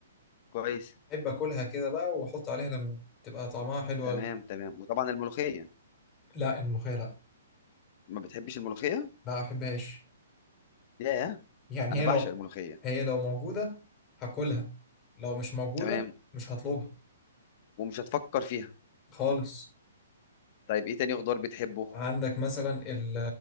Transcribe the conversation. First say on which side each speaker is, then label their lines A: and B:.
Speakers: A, on the left; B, on the left.
A: كويس
B: أحب أكلها كده بقى وأحط عليها ليمون تبقى طعمها حلو
A: تمام
B: أوي
A: تمام وطبعا الملوخية
B: لا الملوخية لا
A: ما بتحبش الملوخية
B: ما أحبهاش
A: ياه
B: يعني
A: انا
B: هي
A: بعشق
B: لو
A: الملوخية
B: هي لو موجودة هاكلها لو مش موجودة
A: تمام
B: مش هطلبها
A: ومش هتفكر فيها
B: خالص
A: طيب ايه تاني خضار بتحبه
B: عندك مثلا ال-